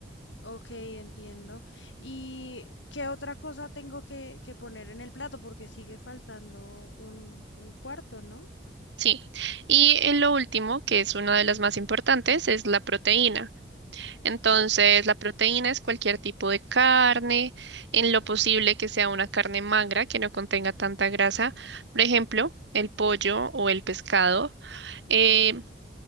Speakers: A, on the left; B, on the right.
A: ok, entiendo. ¿Y qué otra cosa tengo que, que poner en el plato? Porque sigue faltando un, un cuarto, ¿no?
B: Sí. Y en lo último, que es una de las más importantes, es la proteína. Entonces, la proteína es cualquier tipo de carne, en lo posible que sea una carne magra que no contenga tanta grasa, por ejemplo, el pollo o el pescado. Eh,